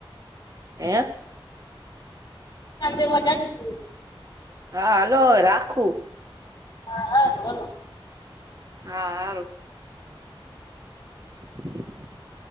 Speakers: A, on the right (about 40°); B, on the left (about 45°).
A: હ.
B: તે મજા જટ.
A: હા, હાલો રાખું.
B: હા, હા, હલો.
A: હારું. <unintelligible>